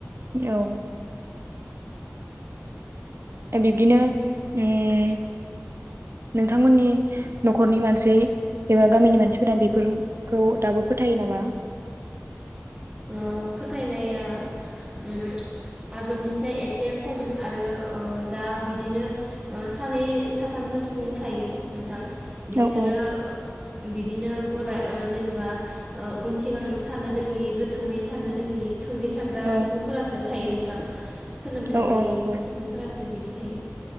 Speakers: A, on the right; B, on the right.
A: औ। ए बिब्दिनो उम नोंथांमोननि न'खरनि मानसि एबा गामिनि मानसिफोरा बेफोरखौ दाबो फोथायो नामा?
B: ओ फोथायनाया उम आगोलनिसाय एसे खम आरो ओ दा बिदिनो ओ सानै साथामसो सुबुं थायो नोंथां। बिसोरो
A: औ औ
B: बिदिनो गराय ओ जेनेबा ओ उन सिगां साननो रोङि गो थौवै सानो रोंङि थौले सानग्रा
A: औ
B: सुबुंफोरासो थायो नों थां। सोलोंथाइ
A: औ
B: गैयै
A: औ नंगौ
B: सुबुंफोरासो बिदि थायो।